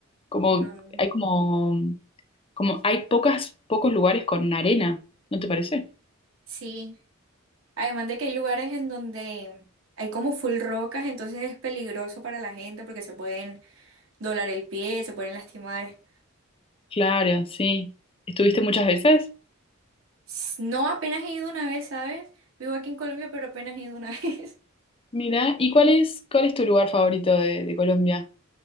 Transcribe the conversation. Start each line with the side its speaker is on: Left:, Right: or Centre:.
Left: Como
Right: No.
Left: hay como, como hay pocas, pocos lugares con arena, ¿no te parece?
Right: Sí. Además de que hay lugares en donde hay como full rocas, entonces es peligroso para la gente porque se pueden doblar el pie, se pueden lastimar.
Left: Claro, sí. ¿Estuviste muchas veces?
Right: S- No, apenas he ido una vez, ¿sabes? Vivo aquí en Colombia, pero apenas he ido una <laughs> vez.
Left: Mira, ¿y cuál es, cuál es tu lugar favorito de, de Colombia?